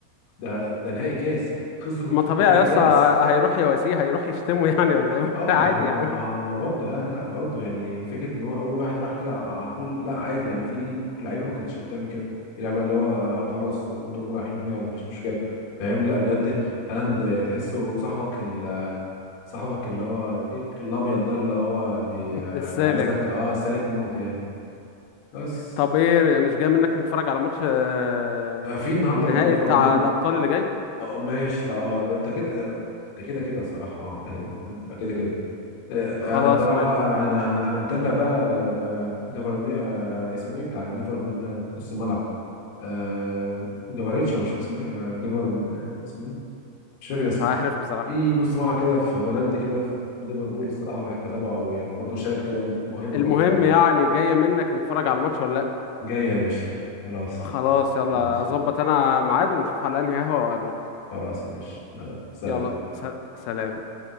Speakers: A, on the left (about 60°); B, on the left (about 85°).
A: ده, ده نهائي كاس خسروا
B: ما طبيعي
A: نهائي كاس
B: يا اسطى هيروح يواسيه هيروح يشتمه يعني ولا ايه
A: اه
B: <laughs>
A: ما
B: عادي
A: هو
B: يا عم
A: ما هو برضه لا لا لا برضه يعني فكره ان هو اول واحد راح كده على طول لا عادي يعني في لعيبه ما كانتش بتعمل كده في لعيبه اللي هو آه، خلاص انتم رايحين يلا مفيش مشكله فاهم لا بجد هالاند تحسه صاحبك ال- صاحبك اللي هو إيه، الابيض ده اللي هو بي آه،
B: السالك
A: عايز لك اه سالك موت يعني بس
B: طب ايه مش جاي منك نتفرج على ماتش آه،
A: آه، في النهارده
B: النهائي
A: من ليفربول
B: بتاع الابطال اللي جاي
A: اه ماشي ده- اه ده كده ده ده كده كده صراحه اه ده كده ده كده كده آه،
B: خلاص
A: آه، صراحة
B: ماشي
A: آه، أنا أنا متابع بقى جفرني اسمه إيه بتاع ليفربول ده نص الملعب آه، جفاريتش هو مش عارف اسمه إيه آه، جفر آه، اسمه إيه مش فاكر
B: مش
A: اسمه
B: عارف بصراحة
A: في نص ملعب كده في هولندي كده في ليفربول الصراحة بحب أتابعه أوي يعني برضه شاب كده موهبة
B: المهم
A: برضه شاب
B: يعني جاية منك نتفرج على الماتش ولا لا
A: جاي يا باشا خلاص
B: خلاص يلا
A: ماشي
B: ظبط انا ميعاد ونشوف على انهي قهوة واقابلك
A: خلاص ماشي يلا، سلام
B: يلا س- سلام